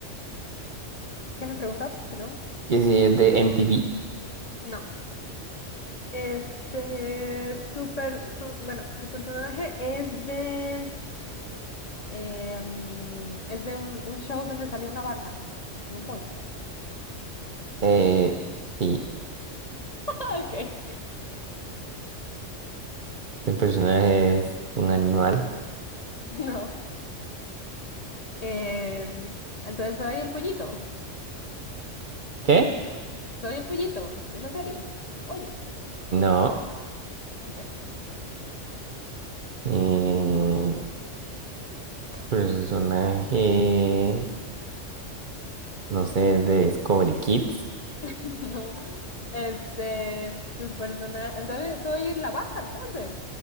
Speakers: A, on the left; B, on the right.
A: ¿Qué me preguntó? Perdón.
B: Que sí, es de NTV.
A: No, este, super, bueno, su personaje es de, em, es de un, un show donde salió una vaca y un pollo.
B: Eh, sí.
A: <laughs> Ok.
B: ¿Tu personaje es un animal?
A: No, em, entonces soy el pollito,
B: ¿Qué?
A: soy el pollito de esa serie, el pollo.
B: No.
A: Ok,
B: Eh, ¿tu personaje, no sé, es de Discovery Kids?
A: <laughs> no, este, su personaje, entonces soy la vaca, entonces.